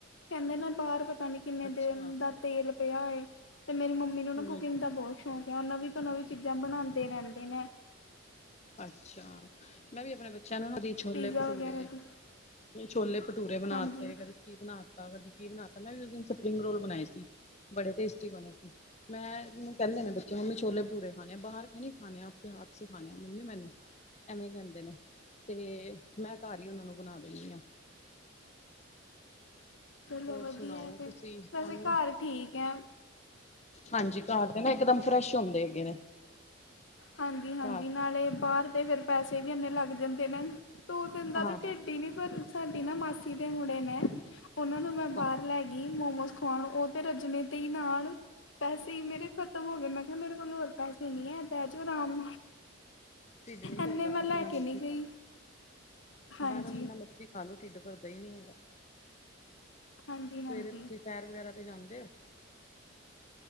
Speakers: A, on the left (about 70°); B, on the left (about 30°).
A: ਕੈਂਦੇ ਨੇ ਬਾਰ ਪਤਾ ਨੀ ਕਿੰਨੇ
B: ਅੱਛਾ
A: ਦਿਨ ਦਾ ਤੇਲ ਪਿਆ ਹੋਏ ਤੇ ਮੇਰੀ ਮੰਮੀ ਨੂੰ ਨਾ
B: ਹੂੰ
A: ਕੁਕਿੰਗ ਦਾ ਬੋਤ ਨਵੀਂ ਤੋਂ ਨਵੀਂ ਚੀਜ਼ਾਂ ਬਣਾਂਦੇ ਰੈਂਦੇ ਨੇ।
B: ਅੱਛਾ ਮੈਂ ਵੀ ਆਪਣੇ ਬੱਚਿਆਂ ਨੂੰ ਦੀ ਛੋਲੇ
A: ਪੀਜ਼ਾ
B: ਭਟੂਰੇ
A: ਵਗੈਰਾ ਵੀ
B: ਛੋਲੇ ਭਟੂਰੇ ਬਣਾਤੇ
A: ਹਾਂਜੀ
B: ਕਦੀ ਕੀ ਬਣਾ ਤਾ ਕਦੀ ਬਣਾ ਤਾ ਮੈਂ ਵੀ ਉਸ ਦਿਨ ਸਪਰਿੰਗ ਰੋਲ ਬਣਾਏ ਸੀ ਬੜੇ ਟੇਸਟੀ ਬਣੇ ਸੀ। ਮੈਂ ਕੈਂਦੇ ਨੇ ਬੱਚੇ ਮੰਮੀ ਛੋਲੇ ਭਟੂਰੇ ਖਾਣੇ ਆ ਬਾਰ ਕਿ ਨ ਨਈ ਖਾਣੇ ਆ। ਆਪ ਕੇ ਹੱਥ ਸੇ ਖਾਣੇ ਆ ਮੰਮੀ ਮੈਨੇ ਐਵੇਂ ਕਹਿੰਦੇ ਨੇ ਤੇ ਮੈਂ ਘਰ ਹੀ ਉਹਨਾਂ ਨੂੰ ਬਣਾ ਦੇਣੀ ਆਂ।
A: ਚਲੋ
B: ਹੋਰ
A: ਵਧੀਆ
B: ਸੁਣਾਓ
A: ਫਿਰ
B: ਤੁਸੀਂ ਤੁਹਾਨੂੰ
A: ਵੈਸੇ ਘਰ ਠੀਕ ਆ।
B: ਹਾਂਜੀ ਘਰ ਦੇ ਨਾ ਇਕਦਮ ਫਰੈਸ਼ ਹੁੰਦੇ ਹੈਗੇ ਨੇ।
A: ਹਾਂਜੀ-ਹਾਂਜੀ
B: ਘਰ
A: ਨਾਲੇ ਬਾਰ ਤੇ ਫਿਰ ਪੈਸੇ ਵੀ ਇੰਨੇ ਲੱਗ ਜਾਂਦੇ ਨੇ। ਦੋ ਤਿੰਨ ਦਾ
B: ਹਾਂ
A: ਤਾਂ
B: ਹਾਂ
A: ਢਿੱਡ ਹੀ ਨੀ ਪਰ ਸਾਡੀ ਨਾ ਮਾਸੀ ਦੇ ਮੁੜੇ ਨੇ। ਉਹਨਾਂ ਤੋਂ ਮੈਂ
B: ਹਾਂ,
A: ਬਾਹਰ ਲੈ ਗਈ ਮੋਮੋਸ ਖਾਣ ਓ ਤੇ ਰੱਜਣੇੇ ਤੇ ਹੀ ਆਣ ਪੈਸੇ ਈ ਮੇਰੇ ਖ਼ਤਮ ਹੋ ਗਏ ਮੈਂ ਕਿਆ ਮੇਰੇ ਕੋਲ ਹੋ ਪੈਸੇ ਨਈ ਹੈ ਬੈ ਜੋ ਆਰਾਮ ਨਾਲ
B: ਢਿੱਡ ਨੀ ਭਰਦਾ
A: ਇੰਨੇ ਮੈਂ ਲੈ
B: ਜਿੰਨਾ
A: ਕੇ
B: ਮਰਜ਼ੀ
A: ਨਹੀਂ
B: ਖਾ
A: ਗਈ
B: ਲੋ
A: ਹਾਂਜੀ
B: ਬਾਹਰੋਂ ਜਿੰਨਾ ਮਰਜ਼ੀ ਖਾ ਲੋ ਢਿੱਡ ਭਰਦਾ ਹੀ ਨਈ ਹੈਗਾ
A: ਹਾਂਜੀ ਹਾਂਜੀ
B: ਸਵੇਰੇ ਸੈਰ ਵਗੈਰਾ ਤੇ ਜਾਂਦੇ ਹੋ।